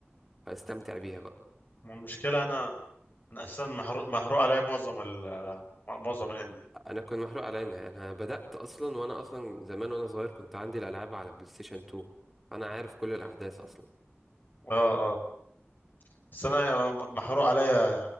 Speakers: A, in the centre; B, on the left (about 50°).
A: فاستمتع بيها بقى
B: المشكلة انا انا اساسا محروق محروق عليا معظم ال معظم الانمي
A: أنا كنت محروق على إنها أنا بدأت أصلا وأنا أصلا زمان وأنا صغير كنت عندي الألعاب على بلاي ستيشن 2 أنا عارف كل الأحداث أصلا
B: اه اه بس انا محروق عليا